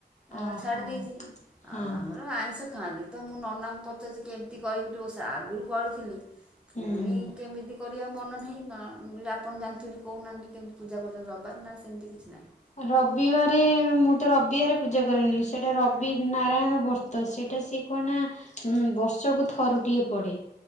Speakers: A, in the centre; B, on the left.
A: ଅ
B: ଓହୋ
A: ଛାଡ଼ି ଦେଇଛି
B: ହଁ
A: ଆଉ ଆମର
B: ହଁ
A: ଆଇଁଷ ଖାଆନ୍ତି ତ ମୁଁ ନନାଙ୍କୁ ପଚାରୁଚି କେମତି କରିବି ଟି ଓଷା ଆଗରୁ କରିଥିଲି ଫୁଣି
B: ହୁଁ
A: କେମିତି କରିବା ମନ ନାହିଁ ନାଁ ମୁ କହିଲି ଆପଣ ଜାଣିଥିବ କହୁନାହାନ୍ତି କେମିତି ପୂଜା କରୁଛନ୍ତି ରବିବାର୍ ନାଁ ସେମିତି କିଛି ନାହିଁ।
B: ରବିବାରେ ମୁଁ ତ ରବିବାରେ ପୂଜା କରେନି ସେଟା ରବି ନାରାୟଣ ବର୍ ତ ସେଟା ସିଏ କଣ ନା ଉଁ ବର୍ଷକୁ ଥରୁଟିଏ ପଡେ।